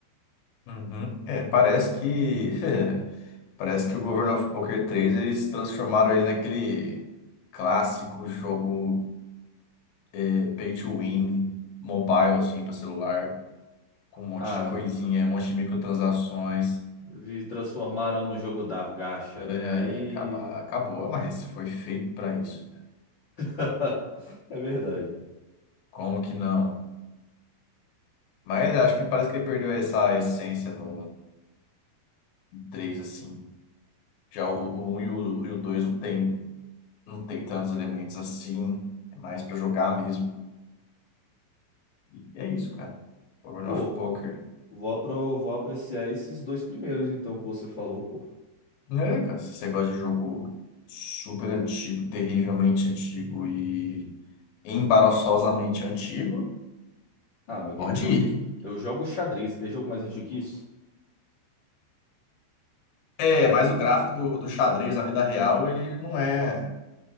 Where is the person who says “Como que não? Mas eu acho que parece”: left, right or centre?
Left